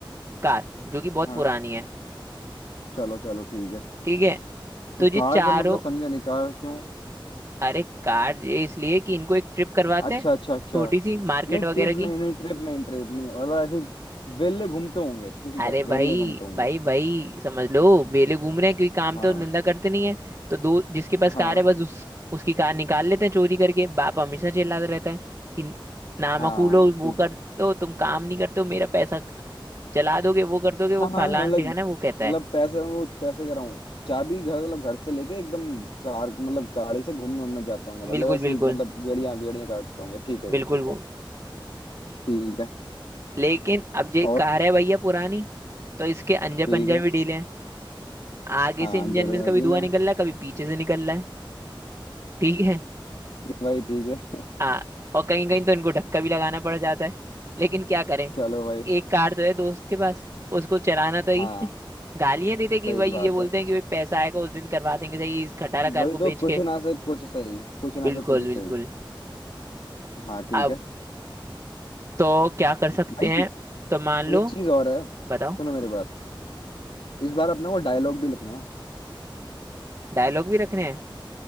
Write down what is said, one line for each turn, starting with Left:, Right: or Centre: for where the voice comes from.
Right: कार जो कि बहुत
Left: हाँ
Right: पुरानी है
Left: चलो चलो ठीक है
Right: ठीक है
Left: तो
Right: तो ये
Left: कार
Right: चारों
Left: का मतलब समझा नहीं कार क्यों
Right: अरे कार ये इसलिए कि इनको एक ट्रिप करवाते
Left: अच्छा
Right: हैं
Left: अच्छा अच्छा
Right: छोटी सी मार्केट
Left: नहीं ट्रिप
Right: वगैरह की
Left: नहीं नहीं ट्रिप नहीं ट्रिप नहीं मतलब ऐसे वेले घूमते होंगे ठीक
Right: अरे
Left: है
Right: भाई
Left: वेले घूमते होंगे
Right: भाई भाई समझ लो वेले घूम रहे हैं क्योंकि काम
Left: हाँ
Right: तो धंधा करते नहीं है तो दो जिसके पास कार
Left: हाँ
Right: है बस उस उसकी कार निकाल लेते हैं चोरी करके बाप हमेशा चिल्लाता रहता है कि नामकूल
Left: हाँ
Right: हो
Left: ठीक
Right: वो कर
Left: है
Right: दो तुम काम नहीं करते हो मेरा पैसा जला दोगे वो कर दोगे वो
Left: हाँ हाँ
Right: फलाना
Left: मतलब
Right: ठिकाना है वो कहता
Left: मतलब
Right: है
Left: पैसे वो पैसे कह रहा हूँ चाबी घर मतलब घर से लेके एकदम कार मतलब गाड़ी से घूमने उमने जाते होंगे मतलब
Right: बिल्कुल
Left: ऐसी
Right: बिल्कुल
Left: मतलब गेड़िया गेड़िया काटते होंगे ठीक है
Right: बिल्कुल
Left: जी ठीक
Right: वो
Left: है ठीक है
Right: लेकिन अब ये
Left: और
Right: कार है भैया पुरानी तो इसके अंजा
Left: ठीक
Right: पंजा
Left: है
Right: भी ढीले हैं आगे
Left: हाँ
Right: से इंजन
Left: जरूर
Right: में
Left: जरूर
Right: से कभी
Left: निकले
Right: धुआं निकल रहा है कभी पीछे से निकल रहा है ठीक है
Left: <laughs> ये भाई ठीक है
Right: आ, और कहीं कहीं तो इनको धक्का भी लगाना पड़ जाता है लेकिन क्या करें
Left: <laughs> चलो भाई
Right: एक कार तो है दोस्त के पास उसको चलाना तो ही
Left: हाँ
Right: <laughs> गालियां देते
Left: सही
Right: कि भाई ये
Left: बात
Right: बोलते
Left: है
Right: हैं कि भाई पैसा आएगा उस दिन करवा देंगे सही इस खटारा
Left: वही
Right: कार को
Left: तो
Right: बेच
Left: कुछ
Right: के
Left: ना से कुछ सही कुछ ना
Right: बिल्कुल
Left: से कुछ
Right: बिल्कुल
Left: सही हाँ ठीक
Right: अब
Left: है
Right: तो क्या कर
Left: भाई
Right: सकते हैं तो मान लो
Left: एक चीज और है सुनो
Right: बताओ
Left: मेरी बात इस बार अपने को डायलॉग भी लिखना है
Right: डायलॉग भी रखने हैं